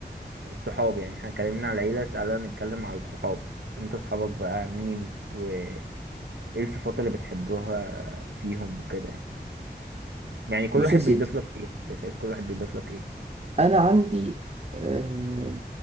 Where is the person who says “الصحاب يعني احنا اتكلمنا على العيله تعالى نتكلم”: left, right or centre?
Right